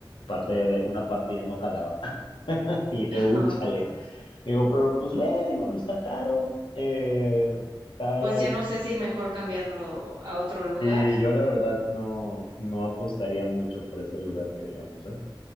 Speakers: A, on the left; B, on the right.
A: parte de una parte ya no jalaba. <laughs> Y le dije,
B: Ah,
A: "Uh, chale". Digo, pero pues ve, digo, no está caro. Eh, está
B: Pues
A: like.
B: ya no sé si mejor cambiarlo a otro lugar.
A: Sí, yo la verdad no, no apostaría mucho por ese lugar que digamos, ¿eh?